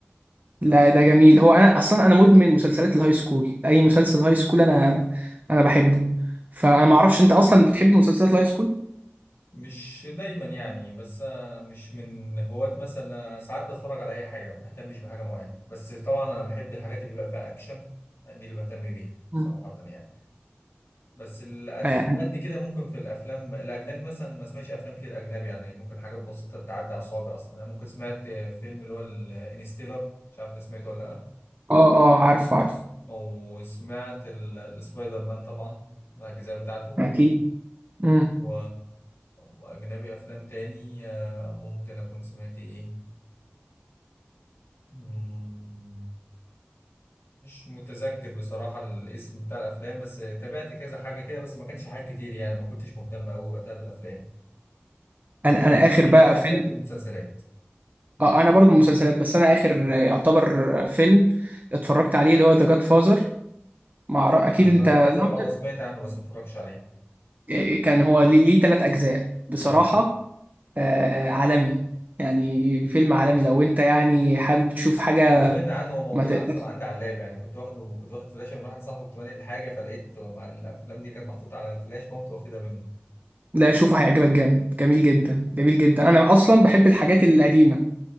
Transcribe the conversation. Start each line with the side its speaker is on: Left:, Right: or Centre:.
Right: لا ده جميل هو انا اصلا انا مدمن مسلسلات الهاي سكول اي مسلسل هاي سكول انا انا بحبه فانا ما اعرفش انت اصلا بتحب مسلسلات الهاي سكول
Left: مش دايما يعني بس انا مش من هواة مثلا أنا ساعات بتفرج على اي حاجه ما بهتمش بحاجه معينه بس طبعا انا بحب الحاجات اللي بيبقى فيها اكشن دي اللي بهتم بيها
Right: مم.
Left: صراحه يعني بس اللي قد
Right: اه يعني
Left: مش قد كده ممكن في الافلام الاجنبي مثلا ما اسمعش افلام كتير اجنبي يعني ممكن حاجات بسيطه تعدي على الصوابع اصلا انا ممكن سمعت فيلم اللي هو الانستيلر مش عارف انت سمعته ولا لا
Right: اه آه، عارفه عارفه
Left: وسمعت ال- السبايدر مان طبعا الاجزاء بتاعته
Right: اكيد مم.
Left: و... وأجنبي أفلام تاني آه، ممكن أكون سمعت إيه مم، مش متذكر بصراحة الاسم بتاع الأفلام بس تابعت كذا حاجة كده بس ما كانش حاجة كتير يعني ما كنتش مهتم أوي وقتها بالأفلام
Right: انا انا
Left: اللي شدني
Right: اخر بقى
Left: أكتر
Right: فيلم
Left: كانت المسلسلات
Right: اه انا برضو مسلسلات بس انا اخر آه، يعتبر آه، فيلم اتفرجت عليه اللي هو ذا جاد فازر مع اكيد انت
Left: جاد
Right: لا،
Left: فازر أه سمعت عنه بس ما اتفرجتش عليه
Right: كان كان هو ليه ليه تلات اجزاء بصراحة
Left: مم.
Right: آه عالمي يعني فيلم عالمي لو انت يعني حابب تشوف حاجة
Left: أنا سمعت عنه هو موجود
Right: ما ت...
Left: أصلا عندي على اللاب يعني كنت واخده كنت واخد فلاشة من واحد صاحبي كنت بنقل حاجة فلقيت مع الأفلام دي كانت محطوطة على الفلاش فقمت واخدها منه
Right: لا شوفه هيعجبك جامد جميل جدا جميل جدا انا اصلا بحب الحاجات القديمه